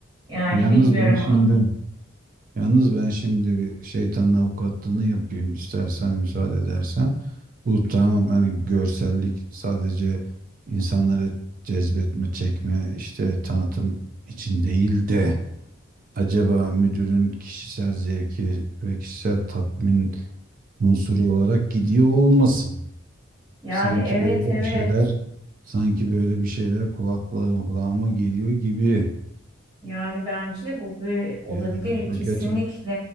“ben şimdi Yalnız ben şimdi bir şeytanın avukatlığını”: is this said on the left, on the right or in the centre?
Right